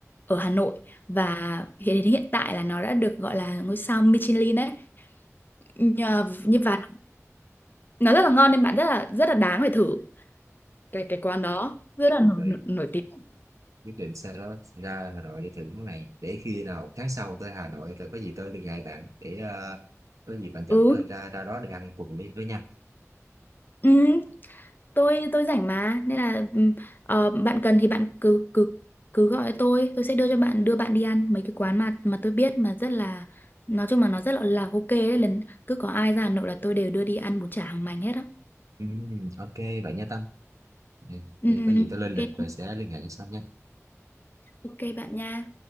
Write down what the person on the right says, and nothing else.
ồ
quyết định xa đó ra Hà Nội để thử món này để khi nào tháng sau tới Hà Nội rồi có gì tôi liên hệ bạn để ờ, có gì bạn dẫn
tôi ra ra đó để ăn cùng với với nhau
Ừm, ok vậy nha Tâm Ừ,
để
có gì
tôi lên
lịch rồi sẽ liên hệ sau nha